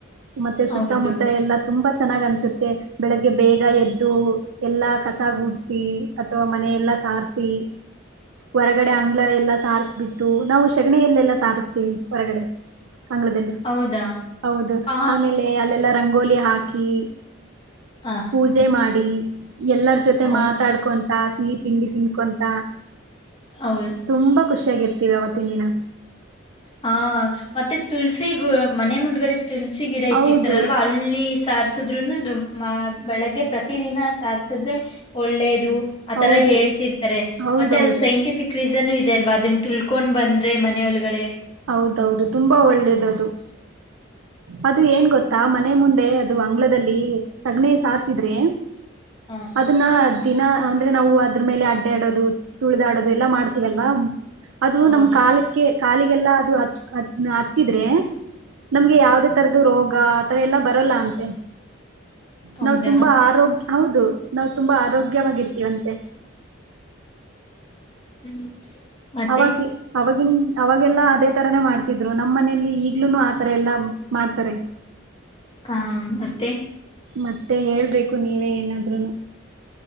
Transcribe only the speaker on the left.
ಹೌದು.
ಹೌದಾ?
ಹಾ.
ಹಾ.
ಹೌದು,
ಹೌದು
ಹಾ ಮತ್ತೆ ತುಳ್ಸಿ ಗ ಮನೆ ಮುಂದ್ಗಡೆ ತುಳಸಿ ಗಿಡ ಇಟ್ಟಿರ್ತಾರಲ್ವಾ
ಅಲ್ಲಿ ಸಾರ್ ಸುದ್ನು ಬೆಳಗ್ಗೆ ಪ್ರತ ದಿನ ಸಾರಸಿದ್ರೆ ಒಳ್ಳೇದು ಆ
ತರ ಹೇಳ್ತಿರ್ತಾರೆ
ಮತ್ತೆ ಅದು ಸೈಂಟಿಫಿಕ್ ಕ್ರಿಜನು ಇದೆ ಅಲ್ವಾ ಅದನ್ನ ತುಳ್ಕೊಂಡ್ ಬಂದ್ರೆ ಮನೆೆಯೊಳಗಡೆ
ಹಾಂ
ಹೌದು
ಹೌದಾ
ಹ್ಮ್ ಮತ್ತೆ
ಹಾ ಮತ್ತೆ.